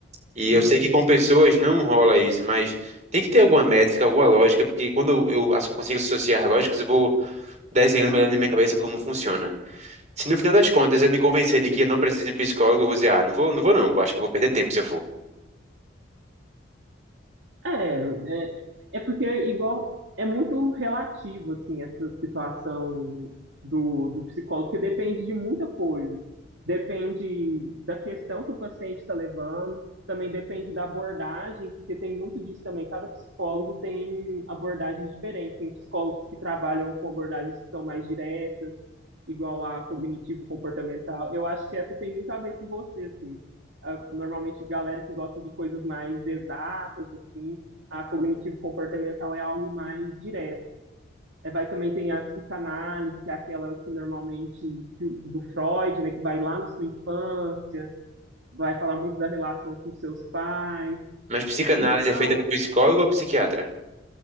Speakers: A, on the right; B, on the right.
A: E
B: aham,
A: eu sei que com
B: sim.
A: pessoas não rola isso, mas tem que ter alguma métrica, alguma lógica, porque quando eu as- consigo associar lógicas, eu vou desenhando melhor na minha cabeça como funciona. Se no final das contas eu me convencer de que eu não preciso de um psicólogo, eu vou dizer, ah, não vou, não vou não, acho que eu vou perder tempo se eu for.
B: É, é, é porque é igual é muito relativo assim essa situação do, do psicólogo, porque depende de muita coisa. Depende da questão que o paciente está levando, também depende da abordagem, porque tem muito disso também. Cada psicólogo tem abordagens diferentes. Tem psicólogos que trabalham com abordagens que são mais diretas, igual a cognitivo comportamental. Eu acho que essa tem muito a ver com você, assim. Ah, Normalmente, galera que gosta de coisas mais exatas, assim, a cognitivo comportamental é algo mais direto. É, vai também tem a psicanálise, que é aquela que normalmente que o- do Freud, né, que vai lá na sua infância, vai falar muito da relação com seus pais.
A: Mas psicanálise
B: Então,
A: é feita por psicólogo ou psiquiatra?